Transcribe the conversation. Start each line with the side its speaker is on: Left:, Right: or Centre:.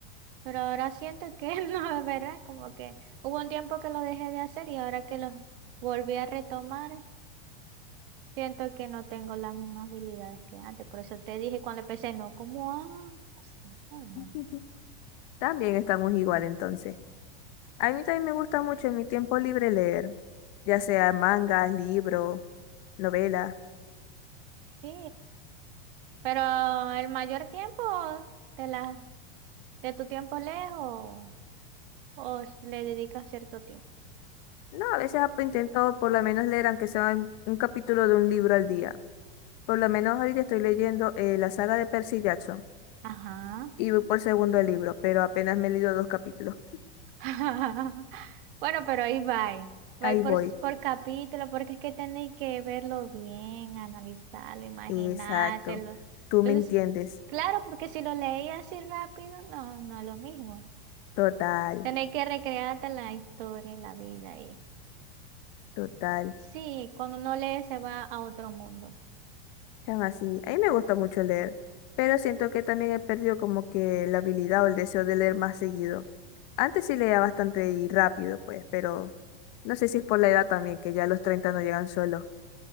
Right: Pero ahora siento que <laughs> no, es verdad, como que hubo un tiempo que lo dejé de hacer y ahora que lo volví a retomar, Siento que no tengo las mismas habilidades que antes, por eso te dije cuando empecé, no, como, ah, sí, normal.
Left: <laughs> También estamos igual entonces. A mí también me gusta mucho en mi tiempo libre leer, ya sea mangas, libros, novelas.
Right: Sí, pero el mayor tiempo de la, de tu tiempo lejos o s- le dedicas cierto tiempo.
Left: No, a veces ap- intento por lo menos leer, aunque sea un, un capítulo de un libro al día. Por lo menos ahorita estoy leyendo eh, la saga de Percy Jackson
Right: Ajá.
Left: y voy por segundo libro, pero apenas me he leído dos capítulos.
Right: <laughs> Bueno, pero ahí va. eh.
Left: Ahí
Right: Va por,
Left: voy.
Right: s- por capítulo, porque es que tenéis que verlo bien, analizarlo, imaginártelo.
Left: Exacto. Tú
Right: Entonces,
Left: me entiendes.
Right: claro, porque si lo leí así rápido, no, no es lo mismo.
Left: Total,
Right: Tenéis que recrearte la historia, y la vida y
Left: total.
Right: sí, cuando no lee se va a otro mundo.
Left: Chama, así. A mí me gusta mucho leer, pero siento que también he perdido como que la habilidad o el deseo de leer más seguido. Antes sí leía bastante y rápido, pues, pero no sé si es por la edad también, que ya los treinta no llegan solos.